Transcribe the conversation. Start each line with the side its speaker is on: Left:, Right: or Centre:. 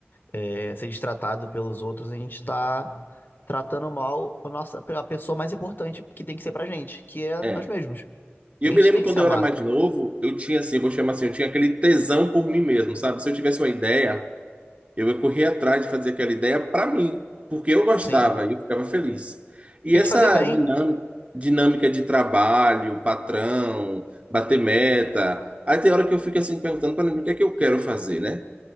Left: é, ser destratado pelos outros, a gente tá tratando mal a nossa, a pessoa mais importante que tem que ser pra gente, que é nós
Right: É.
Left: mesmos.
Right: E
Left: A
Right: eu
Left: gente
Right: me lembro
Left: tem
Right: quando
Left: que se amar,
Right: eu era mais novo, eu tinha assim, eu vou chamar assim, eu tinha aquele tesão por mim mesmo, sabe? Se eu tivesse uma ideia. Eu corri atrás de fazer aquela ideia para mim, porque eu gostava
Left: sim?
Right: e eu ficava feliz. E
Left: E
Right: essa
Left: te fazer bem,
Right: dinâmica, dinâmica de trabalho, patrão, bater meta, aí tem hora que eu fico assim perguntando para mim o que é que eu quero fazer, né?